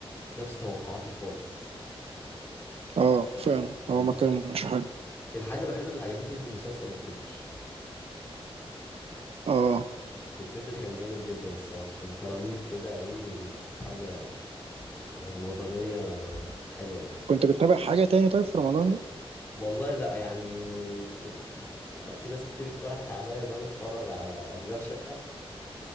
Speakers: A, on the left (about 20°); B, on the right (about 70°).
A: نفس توقعاتي خالص
B: اه فعلا هو
A: المس-
B: ما كانش حلو
A: الحاجه الوحيده اللي عجبتني في المسلسل التتر
B: اه
A: التتر كان جامد جدا الصراحه كان ترانيم كده ايه وكانت حاجه رمضانية حلوة يعني
B: كنت بتتابع حاجة تاني طيب في رمضان
A: والله لا يعني اك- اك- في ناس كتير اقترحت عليا ان انا اتفرج على اشغال شقة